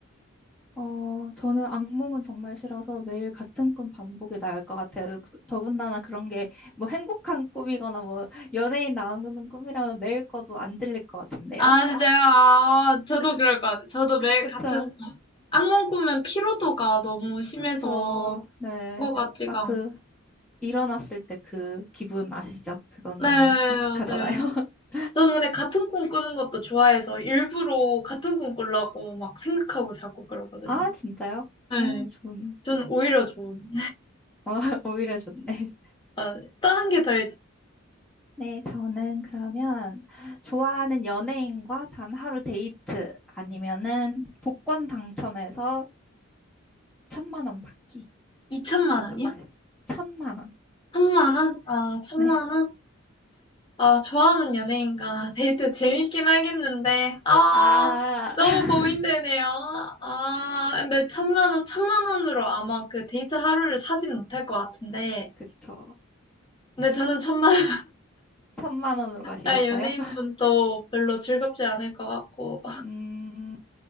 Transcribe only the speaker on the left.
아, 진짜요? 아, 저도 그럴 것 같아요. 저도 매일
같은, 악몽 꾸면 피로도가 너무 심해서
그거 같지가
않고.
네,
맞아요.
저는 근데 같은 꿈 꾸는 것도 좋아해서 일부러 같은 꿈 꾸려고 막 생각하고 자고 그러거든요.
네.
전 오히려 좋은.
아, 다른 게 더해지.
2천만
원이야?
천만 원? 아, 천만
원? 아, 좋아하는 연예인과 데이트 <laughs> 재밌긴 하겠는데, 아,
너무
고민되네요. 아, 근데 천만 원, 천만 원으로 아마 그 데이트 하루를 사진 못할 것 같은데,
근데 저는 천만 원,
아, 연예인분도
별로 즐겁지 않을 것 같고,